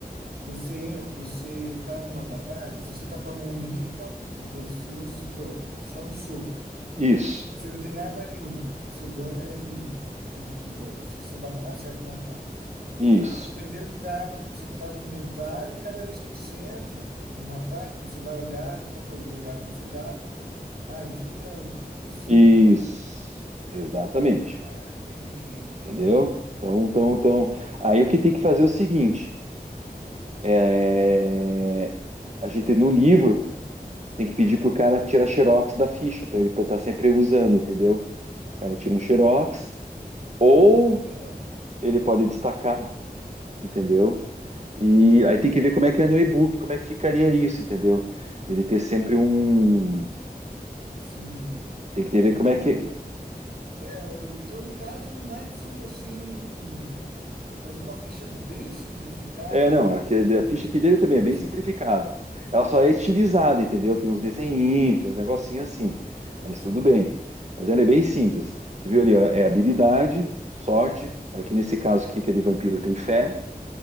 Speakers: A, on the right; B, on the right.
A: Você você tá numa batalha, se você tá com a mão limpa, supo- vamos supor, só no soco,
B: Isso.
A: você não tem arma nenhuma, seu dano é um, vamos supor, se você dá um, acerta um ataque.
B: Isso.
A: Dependendo da arma que você tá no inventário, cada vez que você entra um ataque, você vai olhar qual que é o dano da arma que você tá. Ah, entrou tanto, entrou cinco.
B: Isso. Exatamente.
A: Ah, entendi, entendi,
B: Entendeu?
A: entendi.
B: Então, então, então. Aí o que tem que fazer é o seguinte: é, a gente no livro tem que pedir pro cara tirar xerox da ficha para ele estar sempre usando, entendeu? O cara tira um xerox ou
A: Aham,
B: ele pode destacar, entendeu? E aí tem que ver como é que é no e-book, como é que ficaria isso, entendeu? Deve ter sempre um.
A: sim.
B: Tem que ter
A: Mas
B: ver
A: no,
B: como é que.
A: É, o- em todo caso, no máximo, assim, fazer uma ficha bem simplificada,
B: É, não,
A: no
B: é
A: no
B: que a
A: sentido
B: ficha
A: com
B: aqui dele
A: que
B: também
A: eu,
B: é bem
A: assim,
B: simplificada. Ela só é estilizada, entendeu? Tem uns desenhinhos, tem uns negocinhos assim. Mas
A: sim,
B: tudo bem. Mas ela é bem simples. Você viu ali, ó, é habilidade, sorte. Aqui nesse caso aqui, que é de vampiro, tem fé.